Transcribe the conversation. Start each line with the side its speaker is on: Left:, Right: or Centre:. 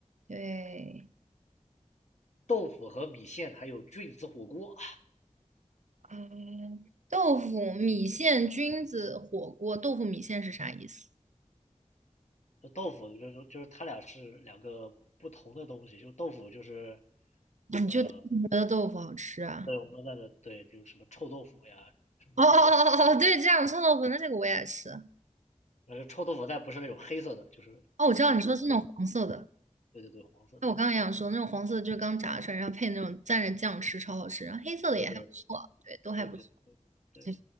Right: 对
Left: 豆腐和米线，还有菌子火锅。
Right: 啊，豆腐、米线、菌子火锅。豆腐米线是啥意思？
Left: 就豆腐就就就是它俩是两个不同的东西，就豆腐就是
Right: 你就
Left: 呃
Right: <laughs> 单纯觉得豆腐好吃啊？
Left: 我们那的对，就是什么臭豆腐呀什么的，
Right: 哦哦哦哦哦，对，这样臭豆腐，那这个我也爱吃。
Left: 呃，臭豆腐但不是那种黑色的，就是就是黑，
Right: 哦，我知道你说是那种黄色的，
Left: 对对对，黄色的，
Right: 那我刚刚也想说那种黄色的就是刚炸出来，然后配那种蘸着酱吃，超好吃。然后黑色的也还不错，
Left: 对对
Right: 对，都还不错。
Left: 对对对，
Right: 对，